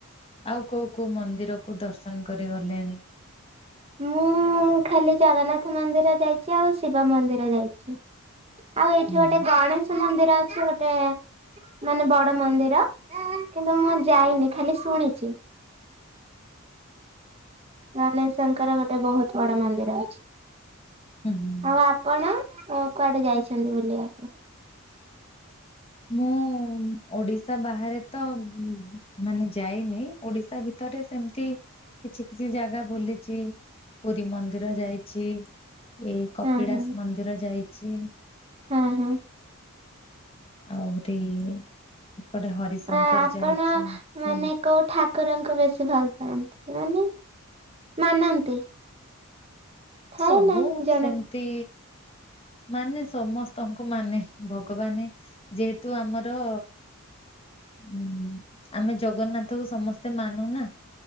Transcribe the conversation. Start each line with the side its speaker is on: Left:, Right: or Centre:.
Left: ଆଉ କୋଉ କୋଉ ମନ୍ଦିର କୁ ଦର୍ଶନ କରି ଗଲେଣି?
Right: ମୁଁ ଖାଲି ଜଗନ୍ନାଥ ମନ୍ଦିର ଯାଇଚି ଆଉ ଶିବ ମନ୍ଦିର ଯାଇଚି। ଆଉ ଏଇଠି
Left: ହୁଁ
Right: ଗୋଟେ ଗଣେଶ ମନ୍ଦିର ଅଛି ଗୋଟେ। ମାନେ ବଡ ମନ୍ଦିର କିନ୍ତୁ ମୁଁ ଯାଇନି ଖାଲି ଶୁଣିଚି। ଗଣେଶ ଙ୍କର ଗୋଟେ ବହୁତ ବଡ ମନ୍ଦିର ଅଛି
Left: ହୁଁ।
Right: ଆଉ ଆ କଣ କୁଆଡେ ଯାଇଛନ୍ତି ବୁଲିଆକୁ?
Left: ମୁଁ ଓଡିଶା ବାହାରେ ତ ଉଁ ମାନେ ଯାଇନି। ଓଡିଶା ଭିତରେ ସେମିତି କିଛି କିଛି ଜାଗା ବୁଲି ଚି ପୁରୀ ମନ୍ଦିର ଯାଇଚି ଏଇ କପିଳାସ
Right: ହଁ ହଁ
Left: ମନ୍ଦିର ଯାଇଚି।
Right: ହଁ ହଁ।
Left: ଆହୁରି ଏପଟେ ହରିଶଙ୍କର
Right: ଆ ଆପଣ
Left: ଯାଇଛି
Right: ମାନେ
Left: ସବୁ।
Right: କୋଉ ଠାକୁରଙ୍କୁ ବେଶୀ ଭଲ ପାଆନ୍ତି ମାନେ ମାନନ୍ତି। ଥାଏ
Left: ସବୁ
Right: ନା ଜଣେ
Left: ସେମିତି। ମାନେ ସମସ୍ତଙ୍କୁ ମାନେ ଭଗବାନେ ଯେହେତୁ ଆମର। ଉୁଁ ହୁଁ ଆମେ ଜଗନ୍ନାଥ କୁ ସମସ୍ତେ ମାନୁନା।